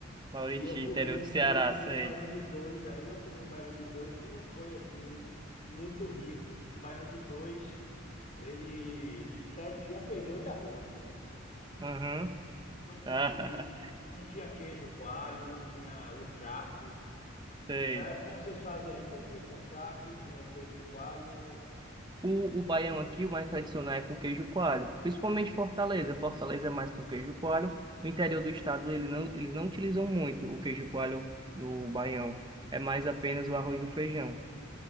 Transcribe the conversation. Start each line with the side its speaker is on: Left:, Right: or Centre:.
Right: Mauriti,
Left: E eu comi
Right: interior
Left: um,
Right: do Ceará,
Left: e eu comi
Right: sei.
Left: um baião de dois, aí eu comi um baião de dois que não foi assim muito rico. O baião de dois, ele só tinha feijão e arroz.
Right: Aham.
Left: Não consegui,
Right: Ah,
Left: não tinha queijo coalho, não tinha o charque,
Right: <laughs> sei.
Left: né? Vocês fazem aí com o quê? Com charque, com queijo coalho.
Right: O, o baião aqui, o mais tradicional é com queijo coalho, principalmente Fortaleza. Fortaleza é mais com queijo coalho. No interior do estado, ele não, eles não utilizam muito o queijo coalho no baião. É mais apenas o arroz e o feijão.